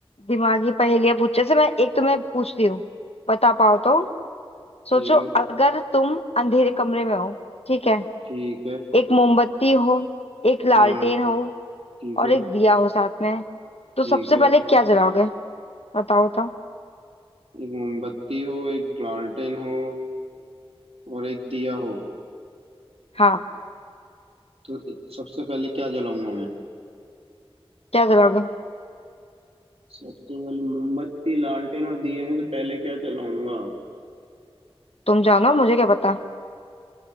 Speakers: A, on the left (about 80°); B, on the right (about 85°).
A: दिमागी पहेलियां पूछ जैसे मैं एक तुम्हें पूछती हूँ बता पाओ तो सोचो
B: ठीक है
A: अगर तुम अंधेरे कमरे में हो ठीक है
B: ठीक है
A: एक मोमबत्ती हो एक लालटेन
B: हाँ
A: हो
B: ठीक
A: और
B: है
A: एक दिया हो साथ में तो
B: ठीक
A: सबसे
B: है
A: पहले क्या जलाओगे बताओ बताओ
B: एक मोमबत्ती हो एक लालटेन हो और एक दिया हो
A: हाँ
B: तो ए- सबसे पहले क्या जलाऊंगा मैं
A: क्या जलाओगे
B: सबसे पहले मोमबत्ती लालटेन और दिए में से पहले क्या जलाऊंगा
A: तुम जानो मुझे क्या पता